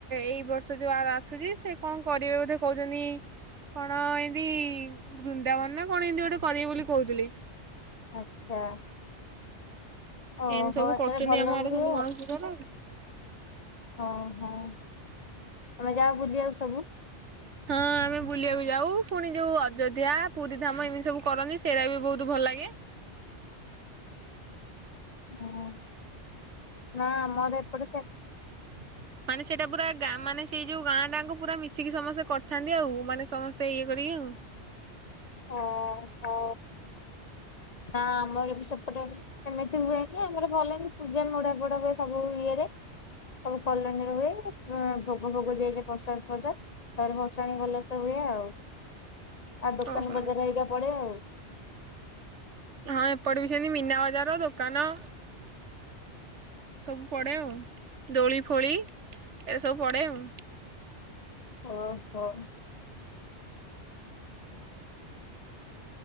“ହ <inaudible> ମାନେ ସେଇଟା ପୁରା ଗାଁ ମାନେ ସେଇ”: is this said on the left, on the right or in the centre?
Right